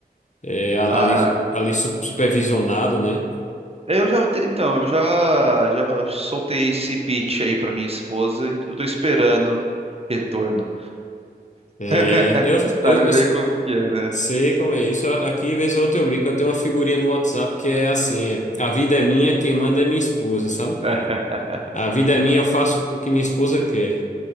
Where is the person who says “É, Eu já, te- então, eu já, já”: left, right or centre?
Right